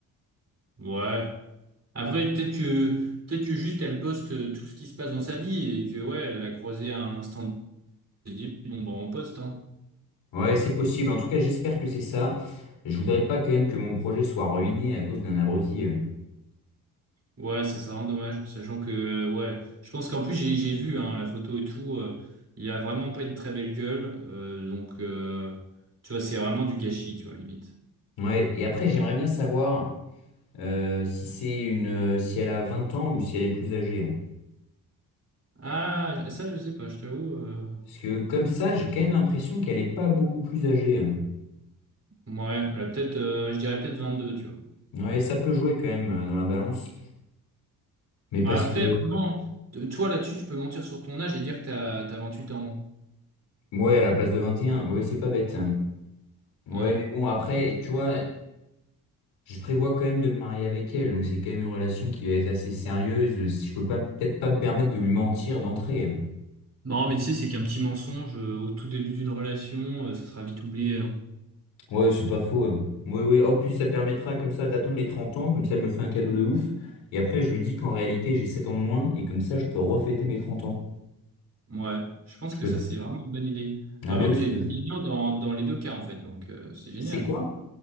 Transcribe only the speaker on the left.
Ouais, c'est possible, en tout cas j'espère que c'est ça. Je voudrais pas quand même que mon projet soit ruiné à cause d'un abruti. euh.
Ouais, et après j'aimerais bien savoir. euh, si c'est une, euh, si elle a 20 ans ou si elle est plus âgée.
Parce que comme ça, j'ai quand même l'impression qu'elle est pas beaucoup plus âgée.
Ouais, ça peut jouer quand même euh, dans la balance. Mais parce
que,
ouais, à la place de 21 ouais, c'est pas bête. Ouais,
mais bon, après, tu vois, je prévois quand même de me marier avec elle. Donc c'est quand même une relation qui va être assez sérieuse. Si je peux pas, peut-être pas me permettre de lui mentir d'entrée.
Ouais, c'est pas faux. hein. Oui, oui. En plus, ça permettra comme ça d'attendre les 30 ans, comme ça elle me fait un cadeau de ouf. Et après, je lui dis qu'en réalité, j'ai 7 ans de moins, et comme ça, je peux refêter mes 30 ans.
Je
peux
Ah
ben oui,
je
peux.
C'est quoi?